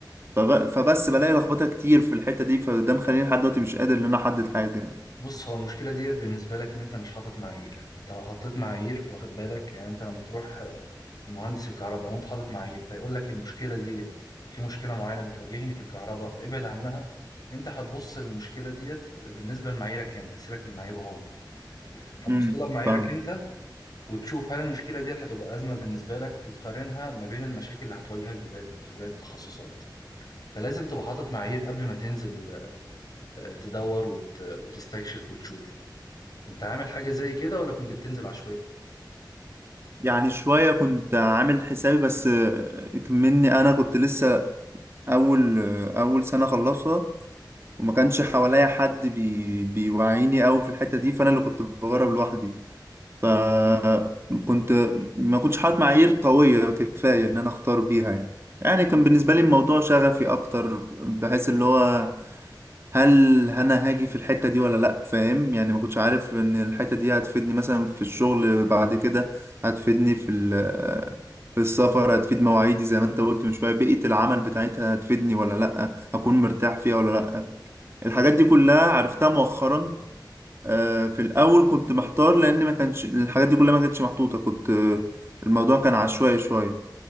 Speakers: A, on the right; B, on the left.
A: فب... فبس بلاقي لخبطه كتير في الحته دي فده مخليني لحد دلوقتي مش قادر ان انا احدد حاجه يعني
B: بص هو المشكلة ديت بالنسبة لك ان انت مش حاطط معايير انت لو حطيت معايير واخد بالك يعني انت لما تروح آه، لمهندس الكهرباء وانت حاطط معايير فيقول لك المشكلة ديت في مشكلة معينة بتواجهني في الكهرباء فابعد عنها انت هتبص للمشكلة ديت بالنسبة لمعاييرك انت سيبك من معاييره هو هتبص
A: امم
B: لها بمعاييرك
A: فاهم
B: انت وتشوف هل المشكلة ديت هتبقى أزمة بالنسبة لك وتقارنها ما بين المشاكل اللي هتواجهك بباقي- في باقي التخصصات فلازم تبقى حاطط معايير قبل ما تنزل آه، تدور وت... وتستكشف وتشوف كنت عامل حاجة زي كده ولا كنت بتنزل عشوائي؟
A: يعني شويه كنت عامل حسابي بس آه، مني انا كنت لسه اول آه، اول سنه خلصها وما كانش حواليا حد بي... بيوعيني قوي في الحته دي فانا اللي كنت بجرب لوحدي فكنت ما كنتش حاطط معايير قوية كفاية إن أنا أختار بيها يعني يعني كان بالنسبة لي الموضوع شغفي أكتر بحيث اللي هو هل أنا هاجي في الحتة دي ولا لأ فاهم يعني ما كنتش عارف إن الحتة دي هتفيدني مثلا في الشغل بعد كده هتفيدني في ال في السفر هتفيد مواعيدي زي ما أنت قلت من شوية بيئة العمل بتاعتها هتفيدني ولا لأ أكون مرتاح فيها ولا لأ الحاجات دي كلها عرفتها مؤخرا آه، في الاول كنت محتار لان ما كانش الحاجات دي كلها ما كانتش محطوطه كنت آه، الموضوع كان عشوائي شويه